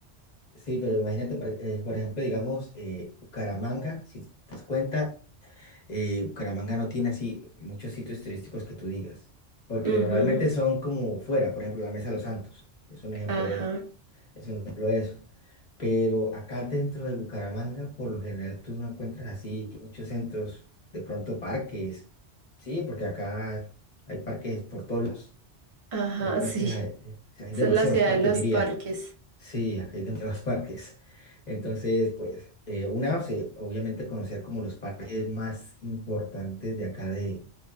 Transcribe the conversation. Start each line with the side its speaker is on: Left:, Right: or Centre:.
Left: Sí, pero imagínate, por, eh, por ejemplo, digamos, eh, Bucaramanga, si te das cuenta, eh, Bucaramanga no tiene así muchos sitios turísticos que tú digas, porque
Right: Ujú,
Left: normalmente son como fuera, por ejemplo, la Mesa de los Santos, es un ejemplo
Right: Ajá,
Left: de eso, es un ejemplo de eso. Pero acá dentro de Bucaramanga, por lo general, tú no encuentras así muchos centros, de pronto parques, sí, porque acá hay parques por todos lados,
Right: ajá,
Left: hay parques,
Right: <laughs> sí.
Left: hay, hay
Right: Esa
Left: demasiados
Right: es la ciudad
Left: parques,
Right: de los
Left: diría.
Right: parques.
Left: Sí, acá hay demasiados <laughs> parques. Entonces, pues, eh, una, sí, obviamente conocer como los parques más importantes de acá de,